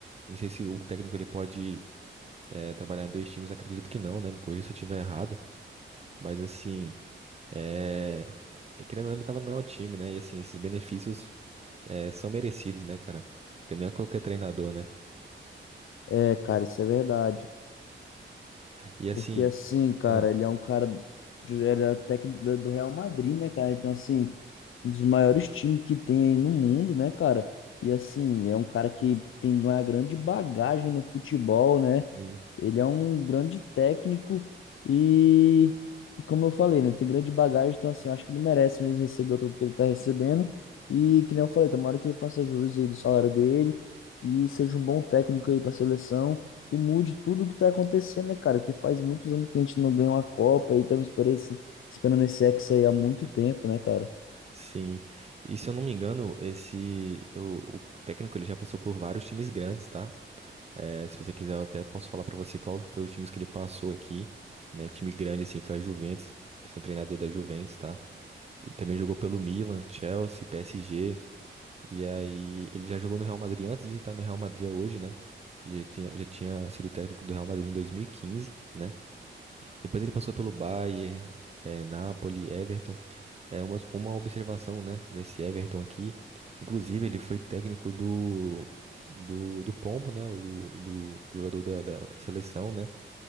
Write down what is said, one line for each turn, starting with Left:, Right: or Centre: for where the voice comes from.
Right: Não sei se o técnico ele pode eh, trabalhar em dois times. Acredito que não, né? Me corrija se eu estiver errado. Mas assim, é... eh, querendo ou não, ele tava no maior time, né? E assim, esses benefícios eh, são merecidos, né, cara? Porque não é qualquer treinador, né?
Left: É, cara, isso é verdade.
Right: E assim.
Left: Porque assim, cara,
Right: Ah,
Left: ele é um cara. de- Ele é técnico da- do Real Madrid, né, cara? Então, assim, um dos maiores times que tem aí no mundo, né, cara? E assim, é um cara que tem uma grande bagagem no futebol, né?
Right: sim,
Left: Ele é um grande técnico e, e como eu falei, né? Tem grande bagagem, então assim, eu acho que ele merece mesmo receber o tanto que ele tá recebendo. E que nem eu falei, tomara que ele faça jus aí do salário dele e seja um bom técnico aí pra seleção e mude tudo o que tá acontecendo, né, cara? Porque faz muitos anos que a gente não ganha uma Copa e estamos esperando esse, esperando esse Hexa aí há muito tempo, né, cara?
Right: sim. E se eu não me engano, esse. O, o técnico ele já passou por vários times grandes, tá? É, se você quiser, eu até posso falar pra você qual foi os times que ele passou aqui, né? Time grande, assim, foi a Juventus. Ele foi um treinador da Juventus, tá? Ele também jogou pelo Milan, Chelsea, PSG. E aí, ele já jogou no Real Madrid antes de estar no Real Madrid é hoje, né? Ele já tinha, já tinha sido técnico do Real Madrid em 2015, né? Depois ele passou pelo Bayern, é, Napoli, Everton. É uma, uma observação, né, nesse Everton aqui. Inclusive, ele foi técnico do, do, do Pombo, né, o- do, do jogador da, da, da seleção, né?